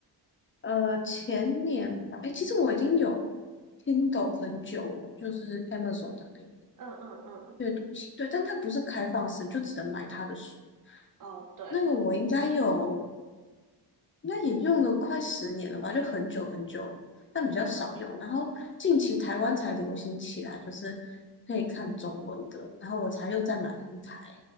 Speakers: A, on the left; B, on the right.
A: 呃，前年吧，哎，其实我已经有 Kindle 很久了，就是 Amazon 的那个
B: 嗯嗯嗯，
A: 阅读器，对，但它不是开放式，就只能买它的书。
B: 哦对，
A: 那个我应该有。那也用了快十年了吧，就很久很久，但比较少用。
B: 哇，
A: 然后近期台湾才流行起来，就是可以看中文的，然后我才又再买了一台